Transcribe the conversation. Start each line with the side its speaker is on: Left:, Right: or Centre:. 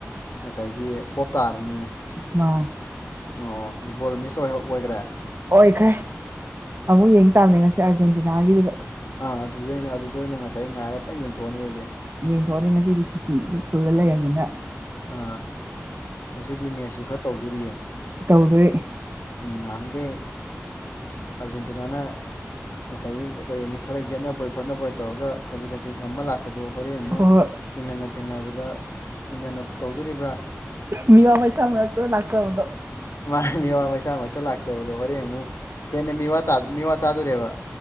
Left: ꯉꯁꯥꯏꯒꯤ ꯄꯣꯞ ꯇꯥꯔꯅꯤꯅꯦ
Right: ꯃꯥ
Left: ꯑꯣ ꯕꯣꯜ ꯃꯤꯁ ꯑꯣꯏꯒꯔꯥ
Right: ꯑꯣꯏꯈ꯭ꯔꯦ ꯑꯃꯨꯛ ꯌꯦꯡ ꯇꯥꯕꯅꯦ ꯉꯁꯤ ꯑꯥꯔꯖꯦꯟꯇꯤꯅꯥꯒꯤꯗꯨꯗ
Left: ꯑꯥ ꯑꯗꯨꯗꯩꯅ ꯑꯗꯨꯗꯩꯅ ꯉꯁꯥꯏ ꯉꯥꯏꯔ ꯄꯨ ꯌꯦꯡꯊꯣꯛꯑꯅꯤ ꯑꯗꯨꯗꯤ
Right: ꯌꯦꯡꯊꯣꯛꯑꯅꯤ ꯉꯁꯤꯗꯤ ꯁꯨꯇꯤꯁꯨ ꯐꯨꯜꯂ ꯂꯩꯔꯕꯅꯤꯅ
Left: ꯑ ꯉꯁꯤꯗꯤ ꯃꯦꯁꯁꯨ ꯈꯔ ꯇꯧꯗꯣꯔꯤꯌꯦ
Right: ꯇꯧꯗꯨꯔꯤ
Left: ꯎꯝ ꯅꯍꯥꯟꯈꯩ ꯑꯥꯔꯖꯦꯟꯇꯤꯅꯥꯅ ꯉꯁꯥꯏꯒꯤ ꯀꯩ ꯍꯥꯏꯅꯤ ꯈꯔ ꯌꯦꯠꯅꯕꯣꯏ ꯈꯣꯠꯅꯕꯣꯏ ꯇꯧꯔꯒ ꯈꯖꯤꯛ ꯈꯖꯤꯛ ꯉꯝꯕ ꯂꯥꯛꯄ ꯗꯣ ꯍꯣꯔꯦꯟ ꯑꯃꯨꯛ
Right: ꯍꯣꯏ ꯍꯣꯏ
Left: ꯍꯤꯡꯒ ꯊꯦꯡꯅꯕꯗ ꯍꯤꯡꯅ ꯇꯧꯗꯣꯔꯤꯕ꯭ꯔꯥ
Right: ꯃꯤ ꯋꯥ ꯃꯥꯏꯁ ꯑꯃꯔ ꯅꯥꯛꯆꯔꯗꯣ
Left: ꯃꯥ ꯃꯤꯋꯥ ꯃꯩꯁꯥꯃꯛꯇ ꯂꯥꯛꯆꯕꯗꯣ ꯍꯣꯔꯦꯟ ꯑꯃꯨꯛ ꯍꯦꯟꯅ ꯃꯤꯋꯥ ꯃꯤꯋꯥ ꯆꯥꯗꯣꯔꯦꯕ